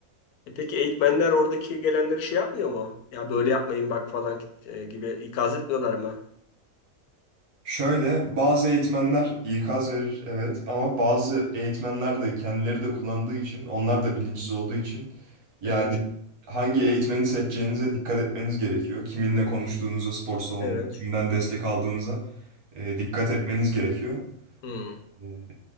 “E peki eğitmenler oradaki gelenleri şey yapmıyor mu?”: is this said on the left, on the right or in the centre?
Left